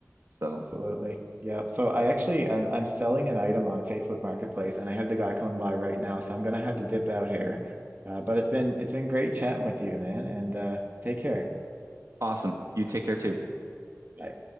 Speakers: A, on the right (about 70°); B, on the right (about 35°).
A: So,
B: Absolutely. Yeah. So I
A: yeah.
B: actually I'm I'm selling an item on Facebook Marketplace and I have the guy coming by right now, so I'm gonna have to dip out here. Uh, but it's been it's been great chatting with you, man, and uh take care.
A: Awesome. You take care too.
B: Bye.